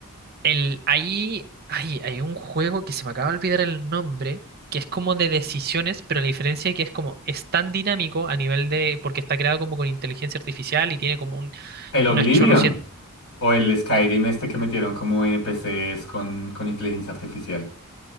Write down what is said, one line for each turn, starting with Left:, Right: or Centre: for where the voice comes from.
Right: el, ahí hay, hay un juego que se me acaba de olvidar el nombre, que es como de decisiones, pero la diferencia es que es como, es tan dinámico a nivel de, porque está creado como con inteligencia artificial y tiene como un,
Left: ¿El Oblivion?
Right: unas chorro
Left: ¿O el Skyrim este que metieron como NPCs con, con inteligencia artificial?